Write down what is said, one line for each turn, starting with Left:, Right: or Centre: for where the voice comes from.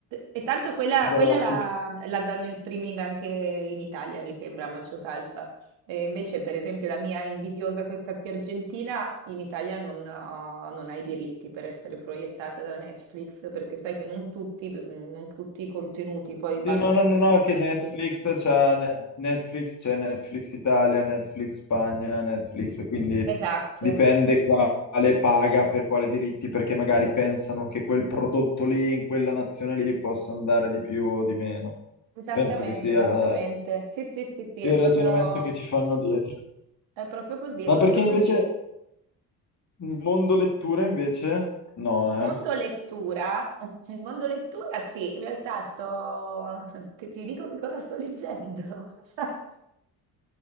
Right: E tanto quella,
Left: ci darò,
Right: quella la,
Left: ci-
Right: la danno in streaming anche in Italia, mi sembra, Macho Salsa. E invece, per esempio, la mia invidiosa, questa qui argentina, in Italia non, ha- non ha i diritti per essere proiettata da Netflix, perché sai che non tutti, non tutti i contenuti poi vanno
Left: Sì, no,
Right: su
Left: no, no,
Right: tutti
Left: no,
Right: i
Left: che
Right: paesi.
Left: Netflix c'ha Ne- Netflix, c'è Netflix Italia, Netflix Spagna, Netflix, quindi
Right: Esatto.
Left: dipende quale paga per quale diritti, perché magari pensano che quel prodotto lì, in quella nazione lì, possa andare di più o di meno.
Right: Esattamente,
Left: Penso che sia
Right: esattamente.
Left: eh,
Right: Sì, sì, sì, sì,
Left: il
Right: è proprio,
Left: ragionamento che ci fanno dietro.
Right: è proprio così, è
Left: Ma
Right: proprio
Left: perché invece
Right: così.
Left: Mondo lettura invece? No, eh.
Right: Mondo lettura, <laughs> il mondo lettura sì, in realtà sto, <laughs> ti, ti dico che cosa sto leggendo. <laughs>